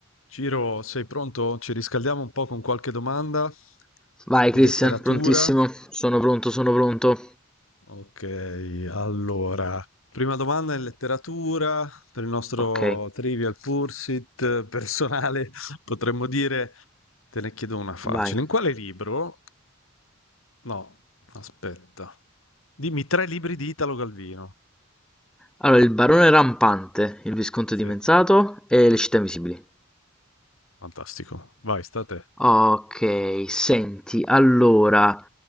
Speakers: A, on the left; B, in the centre.
A: Ciro, sei pronto? Ci riscaldiamo un po' con qualche domanda
B: Vai
A: di
B: Christian,
A: letteratura.
B: prontissimo? Sono pronto, sono pronto.
A: Ok, allora, prima domanda in letteratura per il nostro
B: Ok,
A: Trivial Pursuit eh, personale, <laughs> potremmo dire, te ne chiedo una facile.
B: vai.
A: In quale libro? No, aspetta. Dimmi tre libri di Italo Galvino.
B: Allora, il barone rampante, il visconte
A: Sì,
B: dimenzato e le città invisibili.
A: fantastico. Vai, sta a te.
B: Ok, senti, allora,